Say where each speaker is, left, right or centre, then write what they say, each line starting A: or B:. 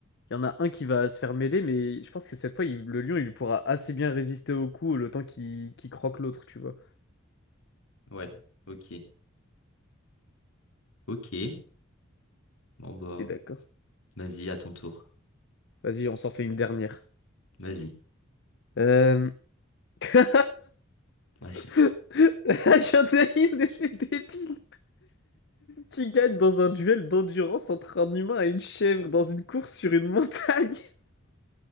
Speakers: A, on the left; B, on the left.
A: il y en a un qui va se faire mêler, mais je pense que cette fois, il- le lion, il pourra assez bien résister au coup le temps qu'il qu'il croque l'autre, tu vois.
B: Ouais. Ok. Ok. Bon bah,
A: T'es d'accord?
B: vas-y, à ton tour.
A: Vas-y, on s'en fait une dernière.
B: Vas-y.
A: Euh... <laughs>
B: Ouais.
A: Il y en a une, les débiles, qui gagne dans un duel d'endurance entre un humain et une chèvre dans une course sur une montagne. <laughs>